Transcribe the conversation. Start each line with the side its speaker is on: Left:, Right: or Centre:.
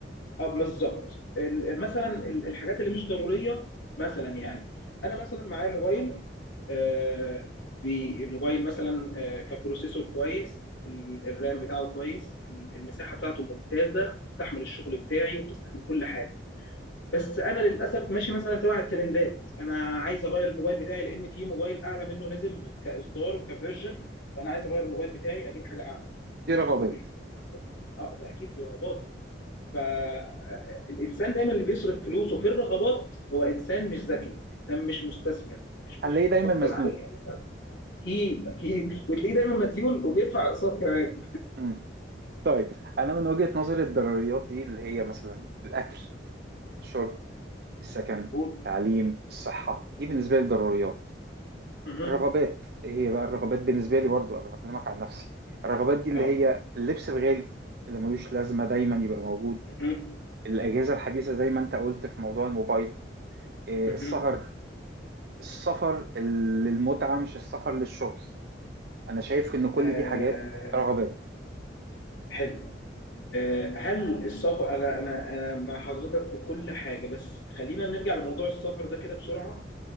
Left: اه بالظبط ال- مثلا ال- الحاجات اللي مش ضروريه مثلا يعني انا مثلا معايا موبايل آه، بالموبايل مثلا آه، كبروسيسور كويس ال- الرام بتاعه كويس ال- المساحه بتاعته ممتازه بتستحمل الشغل بتاعي وبتستحمل كل حاجه بس انا للاسف ماشي مثلا تبع الترندات انا عايز اغير الموبايل بتاعي لان في موبايل اعلى منه نزل كاصدار وكفيرجن فانا عايز اغير الموبايل بتاعي اجيب حاجه اعلى
Right: دي
Left: ده مش
Right: رغبات
Left: ضروري اه ده اكيد دي رغبات فالانسان دايما اللي بيصرف فلوسه في الرغبات هو انسان مش ذكي انسان مش مستثمر مش مش
Right: هنلاقيه
Left: بيفكر
Right: دايما مزنوق
Left: ب- اكيد اكيد وتلاقيه دايما مديون وبيدفع اقساط كمان
Right: مم. طيب أنا من وجهة نظري الضروريات دي اللي هي مثلا الأكل الشرب السكن
Left: مظبوط
Right: التعليم الصحة دي بالنسبة لي ضروريات
Left: مهم.
Right: الرغبات إيه هي بقى الرغبات بالنسبة لي برضو أنا بكلمك عن نفسي الرغبات دي اللي
Left: اه
Right: هي اللبس الغالي اللي ملوش لازمة دايما يبقى موجود
Left: مهم.
Right: الأجهزة الحديثة زي ما أنت قلت في موضوع الموبايل إيه
Left: مهم.
Right: السهر السفر للمتعة مش السفر للشغل أنا شايف إن كل
Left: آه،
Right: دي حاجات رغبات
Left: حلو آه، هل السفر انا انا انا مع حضرتك في كل حاجه بس خلينا نرجع لموضوع السفر ده كده بسرعه